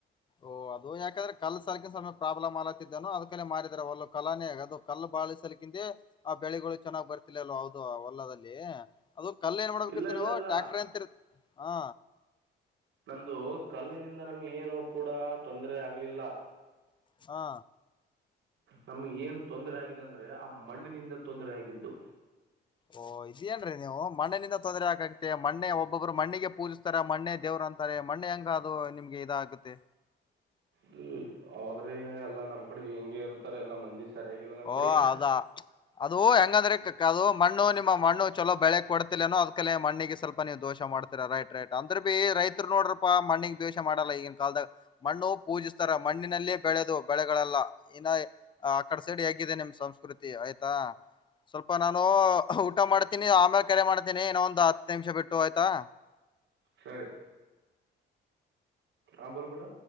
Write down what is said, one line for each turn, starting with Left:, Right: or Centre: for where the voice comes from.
Left: ಓಹ ಅದು ಯಾಕಂದ್ರ ಕಲ್ ಸರ್ಕಿನನ್ ಸಮಯ ಪ್ರಾಬ್ಲಮ್ ಆಲತ್ತಿದ್ದೇನೋ ಅದಕೇ ಮಾರ ಆದ್ರೆ ಒಲ್ಲ ಕಲಾನೇ ಅದು ಕಲ್ಲು ಬಾಳಿಸಲ್ ಕಿಂದೆ ಆ ಬೆಳೆಗಳು ಚೆನ್ನಾಗ್ ಬರ್ತಿಲ ಅಲ್ವ ಹೌದು ಹೊಲ್ಲದಲ್ಲಿ ಅದು ಕಲ್ಲ ಏನ್ ಮಾಡ್ಬೇಕಿತ್ತು
Right: ಇಲ್ಲ ಇಲ್ಲ
Left: ನೀವು
Right: ಇಲ್ಲ
Left: ಟ್ಯಾಕ್ಟ್ರರ್ ಅಂತತ್ತ ಹಾ
Right: ನ್ದ ಕಲ್ಲಿನಿಂದ ನ ಏನು ಕೂಡ ತೊಂದರೆ ಆಗ ಲಿಲ್ಲ
Left: ಹಾ
Right: ನಮ್ಗೆ ಏನ್ ತೊಂದರೆ ಆಗಿದೆ ಅಂದ್ರೆ ಆ ಮಣ್ಣಿನಿಂದ ತೊಂದರೆ ಆಗಿದ್ದು
Left: ಓ ಇದೇನ್ರೀ ನೀವು ಮಣ್ಣಿನಿಂದ ತೊಂದರೆ ಆಕಾಗತ್ತೆ ಮಣ್ಣೆ ಒಬ್ಬೊಬ್ರು ಮಣ್ಣಿಗೆ ಪೂಜಿಸ್ತಾರೆ ಮಣ್ಣೆ ದೇವ್ರ ಅಂತಾರೆ ಮಣ್ಣೆ ಹೆಂಗ ಅದು ನಿಮ್ಗೆ ಇದ ಆಗುತ್ತೆ
Right: ಹ ಹದ್ರೆ ಎಲ್ಲಾ ನಮ್ ಕಡೆ ಹಿಂಗಗೆ ಇರ್ತಾರೆ ಎಲ್ಲಾ ಮಂದಿ ಸರಿಯಾಗಿಲ್ಲ ನಮ್ಮ
Left: ಓ
Right: ಕಡೆ
Left: ಹೌದಾ ಅದು ಹೆಂಗಂದ್ರೆ ಕ ಅದು ಮಣ್ಣು ನಿಮ್ಮ ಮಣ್ಣು ಚಲೋ ಬೆಳೆ ಕೊಡ್ತ ೋ ಅದ್ೇ ಮಣ್ಣಿಗೆ ಸ್ವಲ್ಪ ನೀವು್ ದೋಷ ಮಾಡ್ತರಾ ರೈಟ್ ರೈಟ್ ಅಂದ್ರ ಬಿೀ ರೈತರು ನೋಡ್ರಪ್ಪಾ ಮಣ್ಣಗ್ ದೋಷ ಮಾಡಲ್ಲ ಈಗಿನ ಕಾಲದಾಗ ಮಣ್ಣು ಪೂಜಿಸ್ತಾರ ಮಣ್ಣಿನಲ್ಲೇ ಬೆಳೆದು ಬೆಳೆಗಳೆಲ್ಲ ಇ ಆ ಕ ಸಡಿ ಆಗ ನಿಮ್ಮ ಸಂಸ್ಕೃತಿ ಆಯ್ತಾ ಸ್ವಲ್ಪ ನಾನು ಊಟ ಮಾಡ್ತೀನಿ ಆಮೇಲೆ ಕೆರೆ ಮಾಡ್ತೀನಿ ಇನ್ನೋ ಒಂದು <inaudible> ನಿಮಿಷ ಬಿಟ್ಟು ಆಯ್ತಾ
Right: ಸರಿ ಆಂಬಲ್ಪಟ